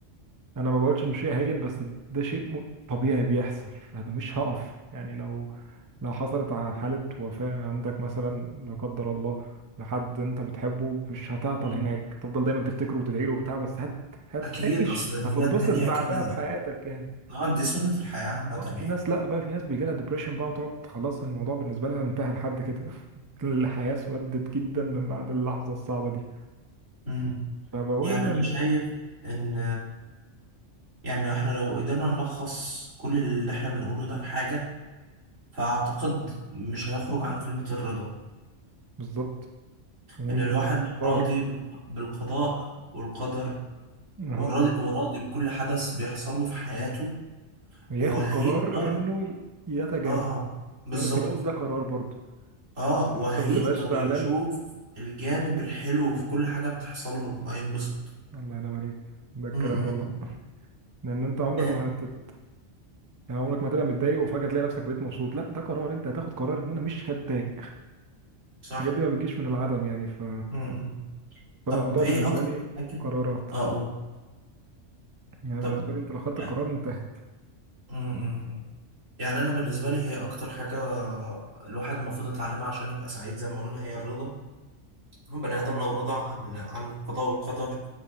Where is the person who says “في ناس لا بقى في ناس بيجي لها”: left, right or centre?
Right